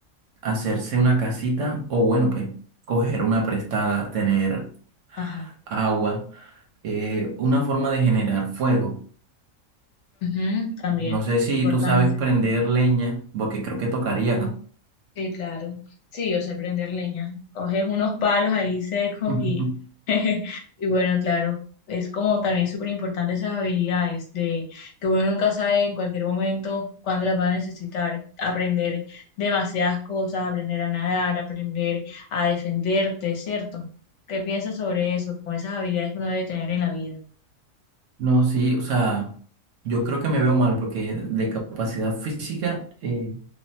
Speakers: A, on the right; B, on the left.
A: hacerse una casita o, bueno, pues, coger una prestada, tener
B: ajá.
A: agua, eh, una forma de generar fuego.
B: Ujú, también.
A: No sé si
B: Importante.
A: tú sabes prender leña, porque creo que tocaría acá.
B: Sí, claro. Sí, yo sé prender leña. Coges unos palos ahí secos
A: <laughs>
B: y, <laughs> y bueno, claro, es como también súper importante esas habilidades de que uno nunca sabe en cualquier momento cuándo las va a necesitar. Aprender demasiadas cosas, aprender a nadar, aprender a defenderte, ¿cierto? ¿Qué piensas sobre eso? Como esas habilidades que uno debe tener en la vida.
A: No, sí, o sea, yo creo que me veo mal porque de capacidad física eh,